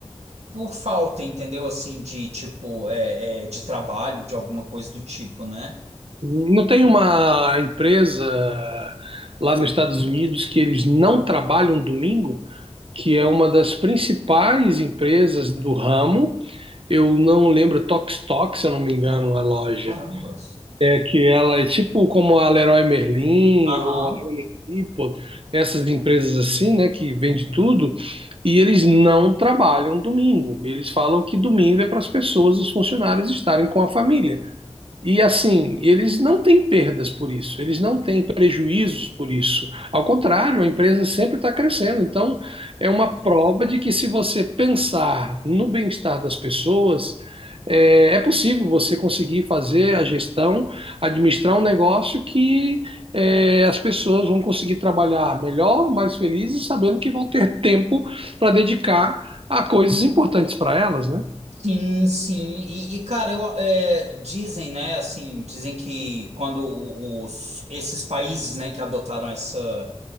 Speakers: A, on the right; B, on the right.
A: por falta, entendeu? Assim, de tipo, é, é, de trabalho, de alguma coisa do tipo, né?
B: Não tem uma empresa lá nos Estados Unidos que eles não trabalham domingo, que é uma das principais empresas do ramo. Eu não lembro Tox Tox, se eu não me engano, a loja.
A: Carambas.
B: É que ela é tipo como a Leroy Merlin
A: Aham.
B: ou a Home Depot, essas empresas assim, né, que vende tudo, e eles não trabalham domingo. Eles falam que domingo é para as pessoas, os funcionários estarem com a família. E assim, eles não têm perdas por isso, eles não têm prejuízos por isso. Ao contrário, a empresa sempre está crescendo. Então, é uma prova de que se você pensar no bem-estar das pessoas, é, é possível você conseguir fazer a gestão, administrar um negócio que é, as pessoas vão conseguir trabalhar melhor, mais felizes, sabendo que vão ter tempo para dedicar a coisas importantes para elas, né?
A: Sim, sim. E, e, cara, eu, é, dizem, né, assim, dizem que quando os, esses países, né, que adotaram essa.